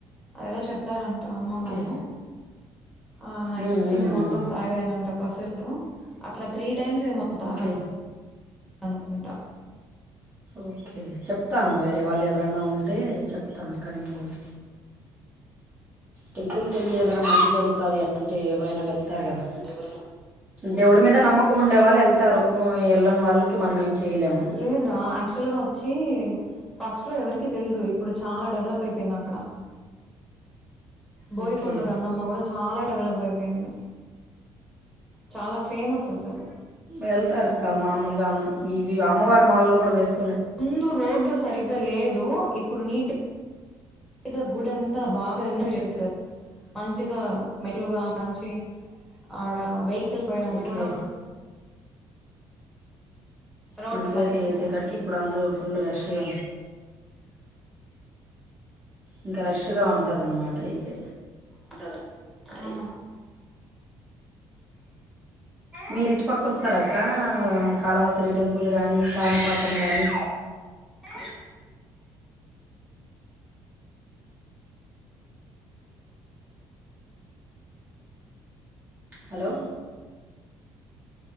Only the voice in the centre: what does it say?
అదేదో చెప్తారంట అమ్మవారు
ఆయన
ఇచ్చింది
మొ
త్తం తాగేయాలంట పసరు అట్లా త్రీ టైమ్స్ ఏమో తాగల
అనుకుంట
ఎవరైన
లేదురా యాక్చువల్గా వచ్చి ఫస్ట్లో ఎవరికి తెల్దు ఇప్పుడు చాలా డెవలప్ అయిపోయింది అక్కడ. బోయికొండ
గంగమ్మ కూడా చాలా డెవలప్ అయి పోయింది చాలా ఫేమస్ అసలు
ముందు రోడ్డు సరిగ్గా లేదు ఇప్పుడు నీట్ గ గుడంతా బాగా రెన్యువెల్ చేసారు మంచిగా మెట్లుగానంచి ఆడ వేయి కి పోయేదాన్ని
కూడా రోడ్డు
బాగెసారు
ఉంటాది మ్
<inaudible>